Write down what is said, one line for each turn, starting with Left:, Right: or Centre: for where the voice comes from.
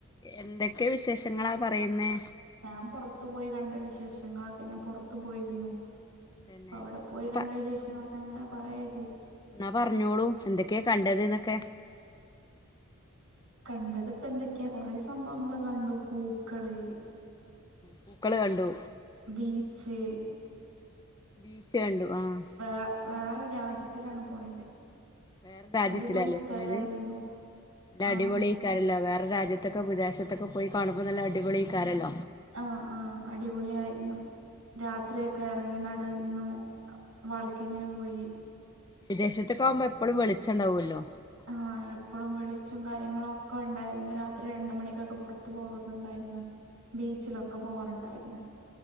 Left: എന്തേ ത്തെ വിശേഷങ്ങളാ പറയുന്നേ
Right: ഞാൻ പൊറത്തു പോയി കണ്ട വിശേഷങ്ങളൊക്കെ ഞാൻ പൊറത്ത് പോയിരുന്നു
Left: തന്നെ
Right: അപ്പൊ അവിടെ പോയി
Left: എന്നാ
Right: കണ്ട
Left: പ
Right: വിശേഷങ്ങൊക്കെങ്ങനെ പറയാ, വിചാരിച്ചു
Left: എന്നാ പറഞ്ഞോളൂ എന്തൊക്കെയാ കണ്ടത് ന്നോക്കെ
Right: കണ്ടത് ഇപ്പന്തോക്കെ കൊറേ സംഭവങ്ങള് കണ്ട് പൂക്കള്
Left: പൂക്കള് കണ്ടു
Right: ബീച്ച്
Left: ബീച്ച് കണ്ടു ആഹ്
Right: <unintelligible> വേറെ രാജ്യത്തിലാണ് പോയത്
Left: വേറെ രാജ്യത്തിലല്ലേ
Right: അടിപൊളി സ്ഥലായിരുന്നു
Left: ഇപ്പൊ ഇത് ഇത്
Right: ആഹ്
Left: അടിപൊളിയവതേ രാജ്യത്തൊക്കെ വിദേശത്തൊക്കെ പോയി കാണുമ്പൾ നല്ലഅ ടിപൊളിക്കാരല്ലോ
Right: ആആ അടിപൊളി ആയിരുന്നു രാത്രിയൊക്കെ ഇറങ്ങി നടന്നു വാക്കിങ് പോയി
Left: വിദേശത്തക്കാവുമ്പോ എപ്പോഴും വെളിച്ചണ്ടാവുമല്ലോ
Right: ആ എപ്പോഴും വെളിച്ചും കാര്യങ്ങളും ഒക്കെ ഉണ്ടായിരുന്നു രാത്രി രണ്ട മണിക്കൊക്കെ പുറത്തു പോവാറുണ്ടായിരുന്നു ബീച്ചിലൊക്കെ പോവാറുണ്ടായിരുന്നു